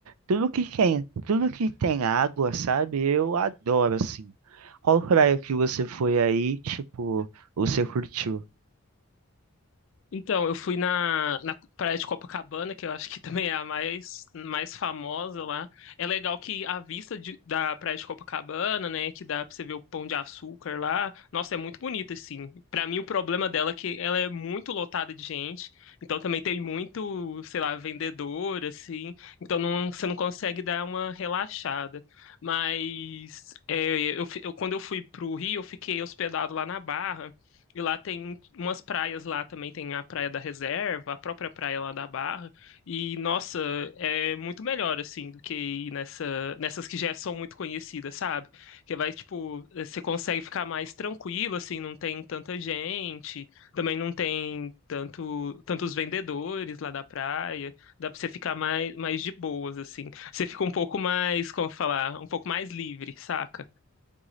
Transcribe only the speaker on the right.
Tudo que tem, tudo que tem água, sabe? Eu adoro, assim. Qual praia que você foi aí, tipo, você curtiu?